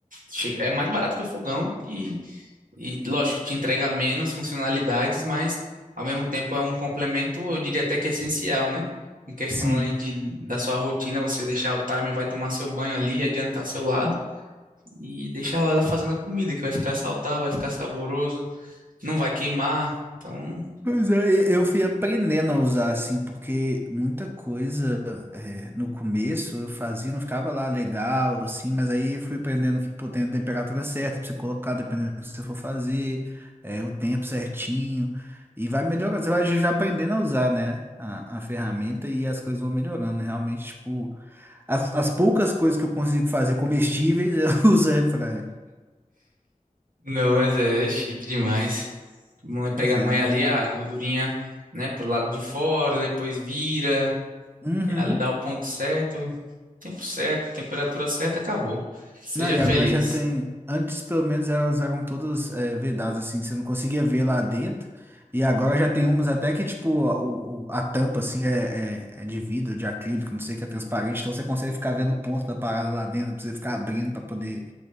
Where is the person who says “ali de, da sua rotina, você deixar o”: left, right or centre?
Right